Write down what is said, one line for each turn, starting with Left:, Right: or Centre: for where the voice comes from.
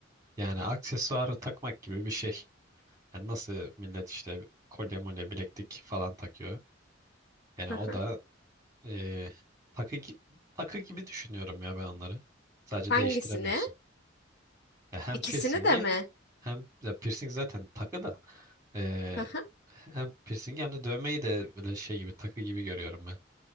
Right: Yani aksesuarı takmak gibi bir şey. Yani nasıl millet işte kolye molye bileklik falan takıyor. Yani
Left: Hı
Right: o
Left: hı.
Right: da e, takı gi- takı gibi düşünüyorum ya ben onları. Sadece
Left: Hangisini?
Right: değiştiremiyorsun. Ya hem
Left: İkisini
Right: piercingi
Left: de mi?
Right: hem ya piercing zaten takı da e,
Left: Hı hı.
Right: hem piercingi hem de dövmeyi de böyle şey gibi takı gibi görüyorum ben.